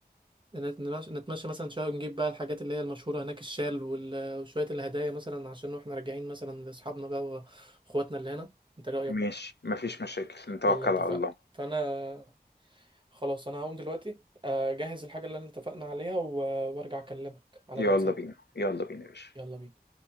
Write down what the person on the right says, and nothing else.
نتمشى نتمشى مثلا شوية ونجيب بقى الحاجات اللي هي المشهورة هناك الشال وال- وشوية الهدايا مثلا عشان واحنا راجعين مثلا لأصحابنا بقى وإخواتنا اللي هنا انت رأيك
يلا اتفقنا
فأنا خلاص أنا هقوم دلوقتي أجهز الحاجة اللي أنا اتفقنا عليها و- وأرجع أكلمك على
الواتساب
يلا بينا